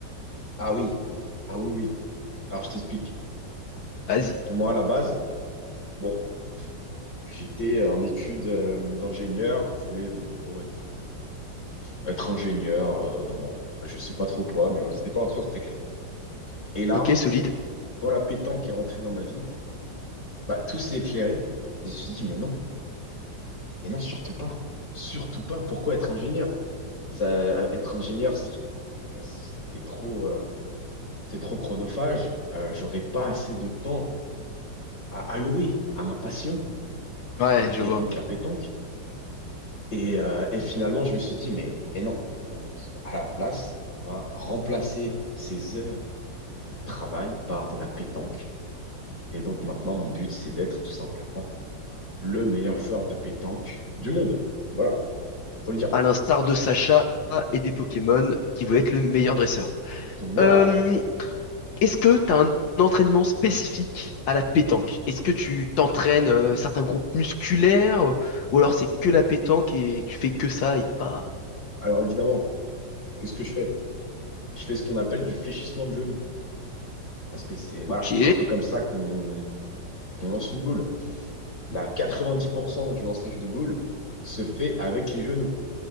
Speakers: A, on the left; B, on the left.
A: Ah oui. Ah oui, oui. Alors je t'explique.
B: Vas-y.
A: Moi, à la base, bon, j'étais en études euh, d'ingénieur, donc je voulais, bon, en gros, être, être ingénieur euh, dans enfin, je sais pas trop quoi, mais voilà, c'était pas encore très clair. Et là,
B: Ok, solide.
A: quand la pétanque est rentrée dans ma vie, bah tout s'est éclairé. Et je me suis dit, mais non, mais non, surtout pas. Surtout pas. Pourquoi être ingénieur? Ça, être ingénieur, c'est c'est- c'est trop. euh, c'est trop chronophage, euh, j'aurais pas assez de temps à allouer à ma passion,
B: Ouais, je
A: qui
B: vois.
A: est donc la pétanque. Et, euh, et finalement, je me suis dit, mais, mais non, on- à la place, on va remplacer ces heures de travail par de la pétanque. Et donc maintenant, mon but, c'est d'être tout simplement le meilleur joueur de pétanque du monde. Voilà, faut le dire.
B: À l'instar de Sacha et des Pokémon qui veulent être le meilleur dresseur.
A: Donc voilà.
B: Euh, est-ce que t'as un entraînement spécifique à la pétanque? Est-ce que tu t'entraînes euh, certains groupes musculaires ou alors c'est que la pétanque et tu fais que ça? Y a pas.
A: Alors évidemment, qu'est-ce que je fais? Je fais ce qu'on appelle du fléchissement de genou. Parce que c'est, voilà,
B: Ok.
A: c'est un peu comme ça qu'on qu'on lance une boule. la 90% du lançage de boule se fait avec les genoux.